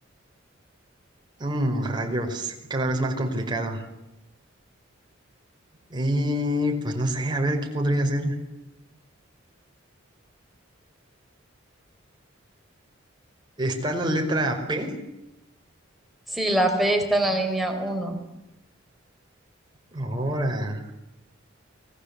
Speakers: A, on the right; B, in the centre.
A: Mm, rayos, cada vez más complicado. Y pues no sé, a ver qué podría ser. Está la letra P.
B: Sí, la P está en la línea uno.
A: Ahora,